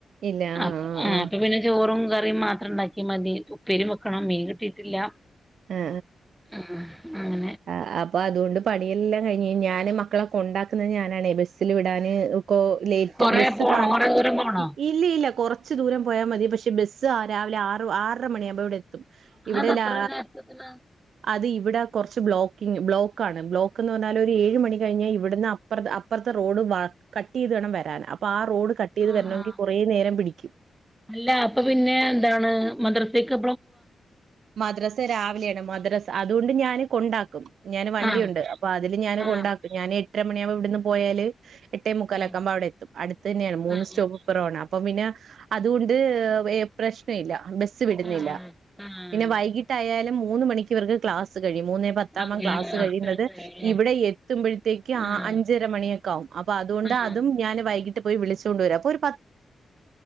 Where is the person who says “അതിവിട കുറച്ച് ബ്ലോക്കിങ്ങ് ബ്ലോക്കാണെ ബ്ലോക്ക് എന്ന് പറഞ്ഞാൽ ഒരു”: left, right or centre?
Right